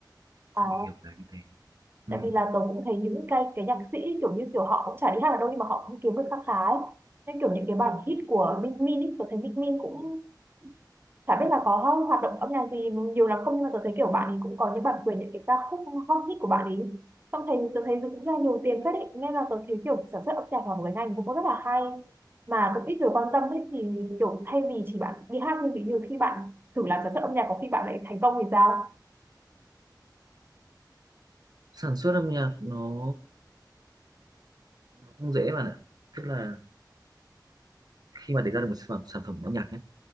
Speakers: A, on the right; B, on the right.
A: À
B: theo mình hiểu là như thế ừ.
A: tại vì là tớ cũng thấy những cái cái nhạc sĩ kiểu như kiểu họ cũng chả đi hát ở đâu nhưng mà họ cũng kiếm được kha khá ấy. nên kiểu những cái bản hit của Minh Min ấy, tôi thấy Minh Min cũng chả biết là có hoạt động âm nhạc gì nhiều lắm không nhưng mà tôi thấy kiểu bạn ấy cũng có những bản quyền những cái ca khúc hot hit của bạn ấy xong thấy tôi thấy cũng ra nhiều tiền phết ấy nên là tôi thấy kiểu sản xuất âm nhạc là một cái ngành cũng có rất là hay mà cũng ít người quan tâm ấy thì kiểu thay vì chỉ bạn đi hát nhưng nhiều khi bạn thử làm sản xuất âm nhạc có khi bạn lại thành công thì sao
B: sản xuất âm nhạc nó nó không dễ bạn ạ tức là khi mà để ra được một sản phẩm, sản phẩm âm nhạc nhé